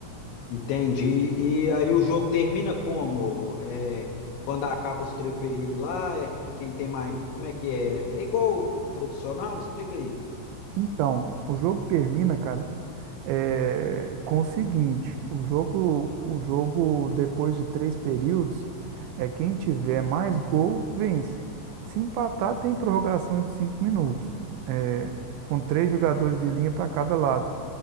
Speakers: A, on the left; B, on the right.
A: Entendi. E, e aí o jogo termina como? É, quando acaba os três períodos lá, é quem tem mais. Como é que é? É igual o tradicional? Me explica aí.
B: Então, o jogo termina, cara, é, com o seguinte: o jogo, o jogo depois de três períodos, é quem tiver mais gol vence. Se empatar, tem prorrogação de cinco minutos, é, com três jogadores de linha para cada lado.